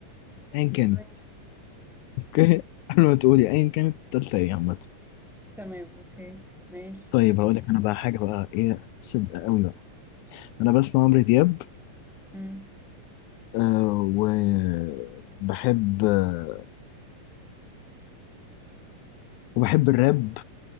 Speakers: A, on the left; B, in the centre.
A: ايا كانت
B: ماشي
A: اوكي <laughs> قبل ما تقولي ايا كانت التالتة ايه عامة
B: تمام اوكي ماشي
A: طيب هقول لك انا بقى حاجة بقى ايه صدق قوي بقى انا بسمع عمرو دياب
B: مم.
A: آه وبحب آه وبحب الراب